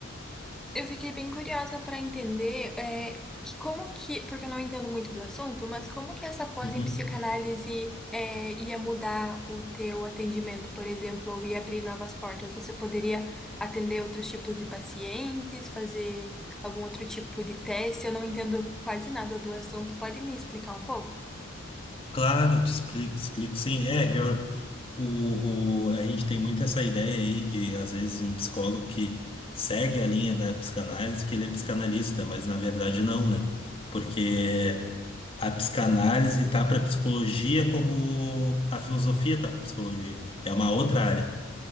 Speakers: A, in the centre; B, on the left (about 30°).
A: Eu fiquei bem curiosa para entender é, que como que, porque eu não entendo muito do assunto, mas como que essa pós
B: Uhum.
A: em psicanálise é, ia mudar o teu atendimento, por exemplo, ou ia abrir novas portas? Você poderia atender outros tipos de pacientes, fazer algum outro tipo de teste? Eu não entendo quase nada do assunto. Pode me explicar um pouco?
B: Claro, te explico, te explico sim. É, eu- o, o- a gente tem muito essa ideia aí de, às vezes, um psicólogo que segue a linha da psicanálise, que ele é psicanalista, mas na verdade não, né? Porque a psicanálise tá para psicologia como a filosofia tá para psicologia. É uma outra área.